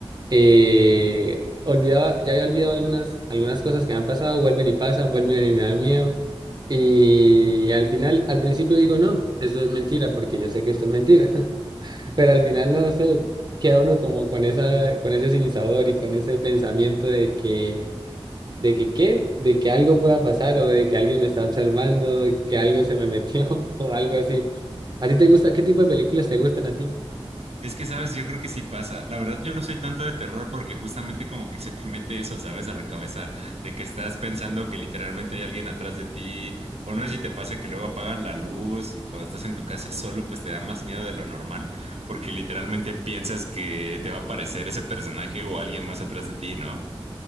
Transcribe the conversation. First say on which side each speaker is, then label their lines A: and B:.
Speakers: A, on the right; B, on the right.
A: eh, olvidaba, ya había olvidado algunas, algunas cosas que han pasado, vuelven y pasan, vuelven y me da miedo. Y al final, al principio digo, no, esto es mentira, porque yo sé que esto es mentira. <laughs> Pero al final no sé, queda uno como con esa, con ese sinsabor y con ese pensamiento de que, de que qué, de que algo pueda pasar o de que alguien me está observando, que algo se me metió <laughs> o algo así. ¿A ti te gusta? ¿Qué tipo de películas te gustan a ti?
B: Es que, sabes, yo creo que sí pasa. La verdad, yo no soy tanto de terror porque justamente como que se te mete eso, sabes, a la cabeza de que estás pensando que literalmente hay alguien atrás de ti, o no sé si te pasa que luego apagas la luz y cuando estás en tu casa solo, pues te da más miedo de lo normal porque literalmente piensas que te va a aparecer ese personaje o alguien más atrás de ti, ¿no?